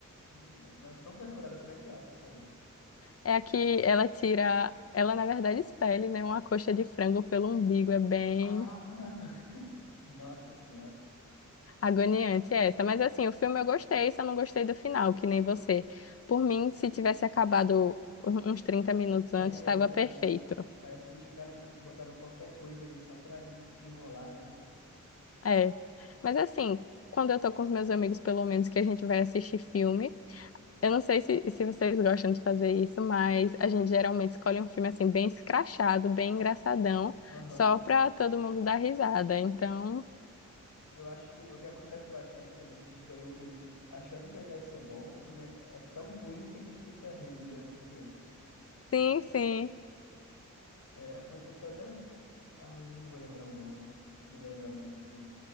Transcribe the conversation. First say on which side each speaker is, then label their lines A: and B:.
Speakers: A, on the left; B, on the left.
A: N- Nossa, não tô lembrado como é que é essa cena.
B: É a que ela tira... Ela, na verdade, espelha, né, uma coxa de frango pelo umbigo. É bem...
A: Ah! <laughs> Nossa senhora.
B: Agoniante essa, mas assim, o filme eu gostei, só não gostei do final, que nem você. Por mim, se tivesse acabado um- uns trinta minutos
A: É,
B: antes, estava
A: exatamente.
B: perfeito.
A: Parece que eles ficaram, botaram qualquer coisa ali só pra en- enrolar, né?
B: É. Mas assim, quando eu tô com os meus amigos, pelo menos que a gente vai assistir filme, eu não sei se, se vocês gostam de fazer isso, mas a gente geralmente escolhe um filme assim, bem escrachado, bem engraçadão,
A: Aham.
B: só pra todo mundo dar risada. Então,
A: Eu acho que o que acontece bastante é da gente escolher um filme achando que ele vai ser bom, o filme é é tão ruim que a gente fica rindo durante o filme.
B: sim, sim,
A: É, aconteceu até um. fi- Ah, mas eu não vou lembrar o nome. Não vou lembrar o nome do filme.